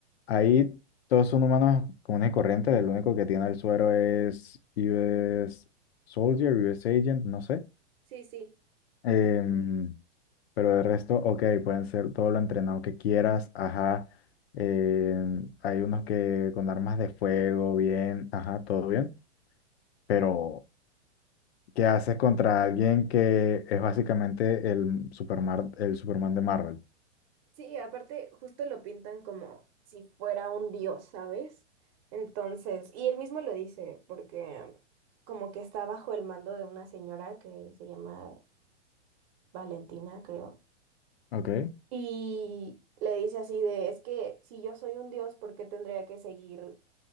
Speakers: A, on the left (about 60°); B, on the right (about 40°).
A: ahí todos son humanos comunes y corrientes. El único que tiene el suero es US Soldier, US Agent, no sé.
B: Sí, sí.
A: Em, Pero de resto, ok, pueden ser todo lo entrenado que quieras, ajá. eh, hay unos que con armas de fuego, bien, ajá, todo bien. Pero, ¿qué haces contra alguien que es básicamente el Superman, el Superman de Marvel?
B: Sí, aparte justo lo pintan como si fuera un dios, ¿sabes? Entonces, y él mismo lo dice, porque como que está bajo el mando de una señora que se llama Valentina, creo.
A: Ok,
B: Y le dice así de, es que si yo soy un dios, ¿por qué tendría que seguir?